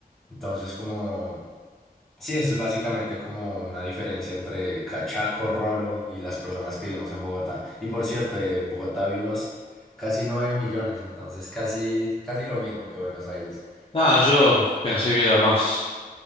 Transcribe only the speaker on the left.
Ah, yo pensé que era más,